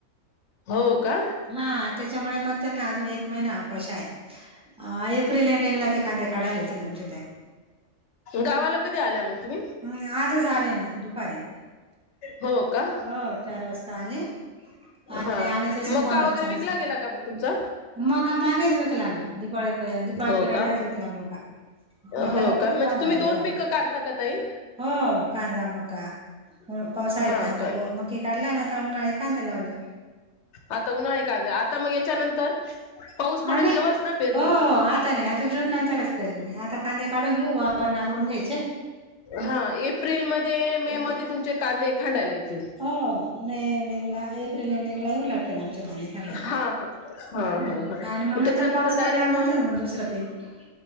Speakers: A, on the left; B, in the centre.
A: हो का?
B: हां, त्याच्यामुळे म त्यांना अजून, एक महिना अवकाश आहे, अ एप्रिल एंडिंगला ते कांदे काढायला, येतील आमचे ते.
A: गावाला कधी आल्या मंग तुम्ही?
B: हम्म आजच आले ना दुपारी
A: हो का.
B: हो चार वाजता आले. आणि
A: हा
B: आले तसे
A: मका
B: फोनच
A: वगैरे
B: चालू
A: विकला गेला का मग तुमचा?
B: मका मागेच विकला ना दीपाळीपर्यत दीपाळी
A: हो
B: पिरेडलाच
A: का?
B: घेतला मका. मकाला
A: हो का,
B: किती
A: म्हणजे
B: भाव
A: तुम्ही
B: आहे
A: दोन
B: हो यावर्षी
A: पिकं काढता का ताई?
B: हो, कांदा, मका पावसाळी
A: हा
B: कांदा
A: का
B: व म हे काढलाय ना आता उन्हाळी कांदे लावले.
A: आता उन्हाळी कांदे, आता म याच्यानंतर पाऊस पडेल
B: आणि
A: तेव्हाच ना पेरणी.
B: हो हो आता नाय, आता जुन नंतरच पेरणी, आता कांदे काढून घेऊ, वावर नागंरून घ्यायचे.
A: हा एप्रिलमध्ये मे मध्ये तुमचे कांदे खांडायला येतील.
B: होहो. मे एंडिंगला, एप्रिल एंडिंग ला येऊन लागतील आमचे कांदे खांडायला
A: हा हा हा हा हा
B: आणि म
A: मग
B: नं
A: त्याच्यानंतर
B: तर पाऊस
A: डायरेक्ट
B: पडलानंतर
A: मग
B: म दुसरं पीकं